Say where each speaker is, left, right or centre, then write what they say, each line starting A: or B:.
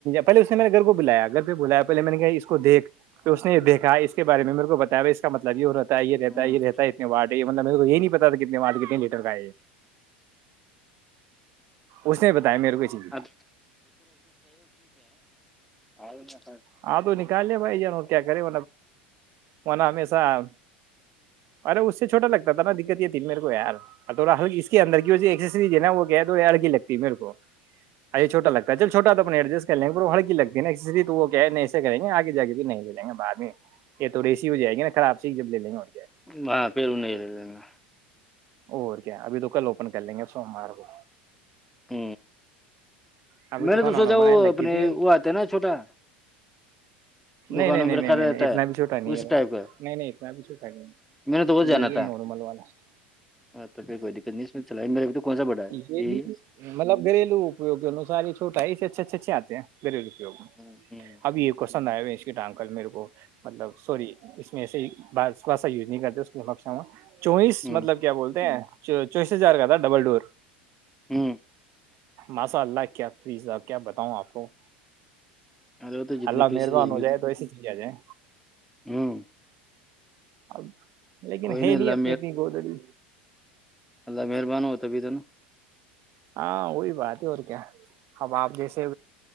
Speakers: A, on the right; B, in the centre.
A: پہلے نے نے گھر کو بلایا گھر پہ بلایا پہے میں نے کہ اس کو دیکھ اس نے یہ دیکھا اس بار میں میرے کو بتایا اس کا مطلب یہ ہوتا تھا یہ رہتا
B: ہوں
A: ہے یہ رہتا ہے اتنے واٹ یہ مطلب مے کو یہ نہیں پتا کتنے واٹ کتنے لیٹر کا ہے یہ اس نے بھی بتایا میرے کو چیز
B: اب ہا
A: ہاں تو نکال لیا بھائی ن کیا کرےا وہن ہمیشہ ارے اس سے چھوٹا لگتا تھا نا دقت یہ تین میرے کو یار اور تھوا ہلی اس کے اندر کی ہےا وہ تو اڑگی لگتی ہے مے کو یہ چوٹا لگتا ہے چوا تو اپ ایڈجسٹ کر لیں گے ہلک لگتی ہے نا تو کہ نہیں ایسے کریں گے آگے جا کے بھی نہیں لے جیں گے بعد میں یہ تو ریسی ہو جائے گی نا خراب تھی جب لے لیں گے اور کیا
B: ہاں پھر نہیں لے لینا
A: اور کیا ابھی تو کل اوپن کر لیں گے سوموار کو
B: ہ
A: ابھی
B: میں نے
A: کھانا
B: تو سوچا
A: وانا
B: وہ
A: بنانے لگی
B: اپنے
A: تھی
B: وہ آتے ہیں نا چھوٹا
A: نہیں
B: دکانوں
A: نہیں نہیں
B: میں
A: نہیں
B: رکھا رہتا
A: نہیں اتنا
B: ہے
A: بھی چھوٹا نہیں
B: اس
A: ہے
B: ٹائپ کا
A: نہیں نہیں اتنا بھی چھوٹا نہیں
B: م نے تو
A: ہے,
B: بت جانا
A: یہ یہ
B: تھا
A: نارمل والا
B: کوئی دقت نہیں اس چلا تو کون سا بڑا ہے
A: یہ
B: یہی
A: بھی
B: ہے
A: مطلب گھلو، وگیوں ن ساری چوٹا ہےس اچھ اچھے اچے آ ہیں گریب کے
B: ہوں ہوں
A: اب یہ کوشن آئے ہوئے اسٹ کل میرے کو مطلب سوری اس میں ایے ہیاا یوز نہیں کرتے اس کے لیشا چوئیس
B: ہوں
A: مطلب کیا بولتے ہیں چوئیس ہزار کا تھا ڈبل ڈور
B: ہوں
A: ماشاء اللہ کیا فیزا کیا بتاؤں آپ کو
B: ارے وہ تو جتنی
A: اللہ
B: پیس
A: مہربان
B: جائے گی
A: ہو جائے تو ایسے چل جائےیں
B: ہوں
A: <inaudible> لیکن
B: کوئی
A: ہے نہیں
B: اللہ
A: اپنی اپنی گودڑی
B: ا مہربان ہوتاب تو ن
A: ہاں وہی بات ہے اور کیا اب آپ جیسے